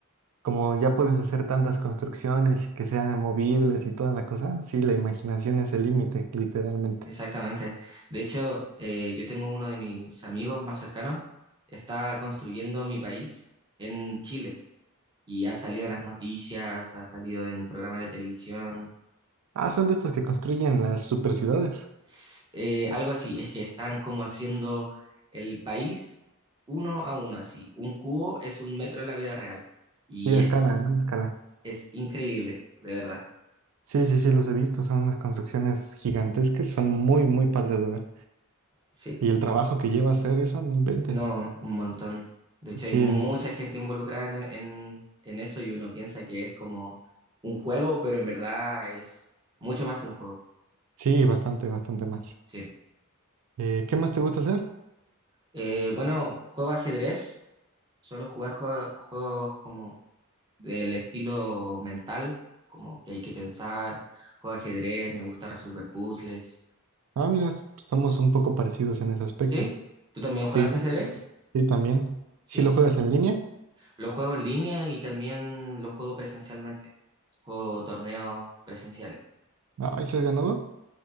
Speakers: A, on the right; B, on the right.
A: como ya puedes hacer tantas construcciones y que sean movibles y toda la cosa, sí, la imaginación es el límite, literalmente.
B: exactamente. De hecho, eh, yo tengo uno de mis amigos más cercanos, está construyendo mi país en Chile y ha salido en las noticias, ha salido en programas de televisión.
A: Ah, son de estos que construyen las super ciudades.
B: s- eh, algo así, es que están como haciendo el país uno a uno, así. Un cubo es un metro en la vida real y
A: Sí, a
B: es,
A: escala, ¿no? A escala.
B: es increíble, de verdad.
A: Sí, sí, sí, los he visto, son unas construcciones gigantescas, son muy,
B: Y-
A: muy padres de ver.
B: sí,
A: Y el trabajo que lleva hacer eso, no inventes.
B: no, un montón. De hecho,
A: Sí,
B: hay mucha
A: es-
B: gente involucrada en, en, en eso y uno piensa que es como un juego, pero en verdad es mucho más que un juego.
A: sí, bastante, bastante más.
B: Sí.
A: Eh, ¿qué más te gusta hacer?
B: Eh, bueno, juego ajedrez, solo jugar jue- juegos como del estilo mental, como que hay que pensar, juego ajedrez, me gusta resolver puzzles.
A: Ah, mira, estamos un poco parecidos en ese aspecto.
B: ¿Sí? ¿Tú también juegas
A: Sí,
B: ajedrez?
A: sí, sí, también.
B: ¿Sí?
A: ¿Sí lo juegas en línea?
B: Lo juego en línea y también lo juego presencialmente. Juego torneos presenciales.
A: Ay, ¿sí has ganado?